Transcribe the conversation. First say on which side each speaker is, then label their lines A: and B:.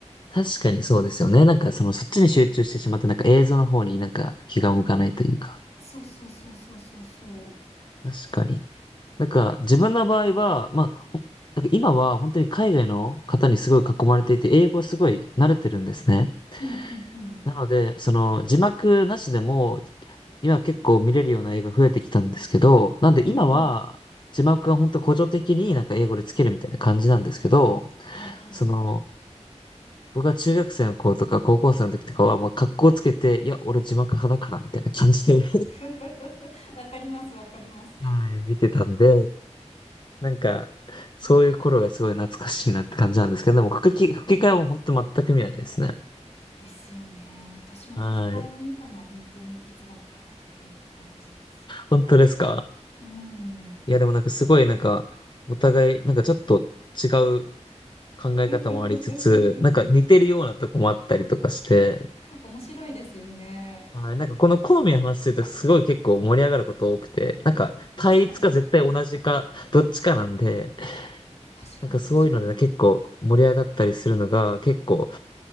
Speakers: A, on the left (about 40°); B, on the left (about 60°).
A: 確かにそうですよね。なんかそのそっちに集中してしまって、なんか映像の方になんか気が向かないというか。
B: そうそうそうそうそうそ
A: 確かに。なんか自分の場合は、まあ、ほんなんか今は本当に海外の方にすごい囲まれていて、英語すごい慣れてるんですね。
B: う。うんうんうん。
A: なので、その字幕なしでも、今結構見れるような映画増えてきたんですけど、なんで今は字幕が本当補助的になんか英語でつけるみたいな感じなんですけど、
B: うんうん。はいはい。
A: その、僕は中学生の子とか高校生の時とかは、もう格好つけて、いや、俺字幕派だから、みたいな感じで <laughs>
B: <laughs> わかりますわかります。
A: はい、見てたんで、なんか、そういう頃がすごい懐かしいなって感じなんですけど、でも吹き、吹き替えも本当全く見ないですね。
B: <laughs> ですよね。私も吹き替えを見たのは本当にいつだったかっていう感じです。
A: はい。本当ですか
B: うーん。
A: いや、でもなんかすごいなんか、お互い、なんかちょっと違う考え方もありつつ、
B: <laughs>
A: なんか似てるようなとこもあったりとかして、
B: 面白いですよね。
A: はい。なんかこの好みの話するとすごい結構盛り上がること多くて、なんか対立か絶対同じかどっちかなんで、
B: 確かに。確かに、
A: なんかそういうので結構盛り上がったりするのが結構好
B: 確かに。